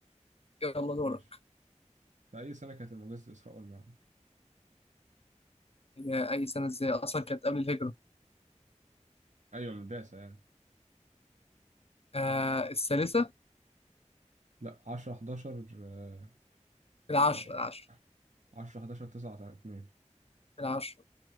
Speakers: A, on the left (about 55°); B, on the right (about 75°).
A: يلا دورك
B: ماشي في أي سنة كانت المعجزة إسراء والمعراج؟
A: هي أي سنة إزاي أصلا كانت قبل الهجرة
B: أيوة من البعثة يعني
A: آه الثالثة
B: لا 10 11 آه،
A: العشرة
B: آه،
A: العشرة
B: 10 11 9 2
A: العشرة